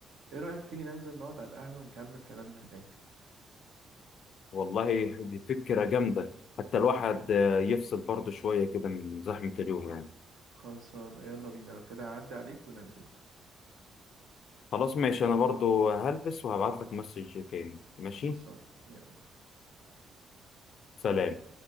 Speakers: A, on the right; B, on the left.
A: ايه رأيك تيجي ننزل نقعد على القهوة نكمل كلامنا هناك
B: والله دي فكره جامده حتى الواحد آه، يفصل برضه شويه كده من زحمه اليوم يعني
A: خلصان يلا بينا لو كده اعدي عليك وننزل
B: خلاص ماشي انا برضه هلبس وهبعت لك مسج تاني ماشي
A: خلصان يلا
B: سلام